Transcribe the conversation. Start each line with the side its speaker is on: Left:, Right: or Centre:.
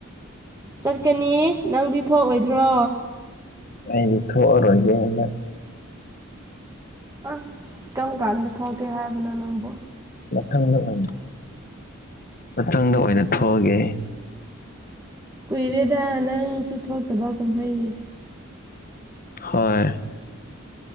Right: ꯆꯠꯀꯅꯤ ꯅꯪꯗꯤ ꯊꯣꯛꯑꯣꯏꯗ꯭ꯔꯣ
Left: ꯑꯩꯗꯤ ꯊꯣꯛꯑꯔꯣꯏꯒꯦ ꯍꯟꯗꯛ
Right: ꯑꯁ! ꯀꯝ ꯀꯥꯟꯗ ꯊꯣꯛꯀꯦ ꯍꯥꯏꯕꯅꯣ ꯅꯪꯕꯣ
Left: ꯃꯊꯪꯗ ꯑꯣꯏꯅ ꯃꯊꯪꯗ ꯑꯣꯏꯅ ꯊꯣꯛꯑꯒꯦ
Right: ꯀꯨꯏꯔꯦꯗ ꯅꯪꯁꯨ ꯊꯣꯛꯇꯕ ꯀꯨꯝꯍꯩꯅꯤ
Left: ꯍꯣꯏ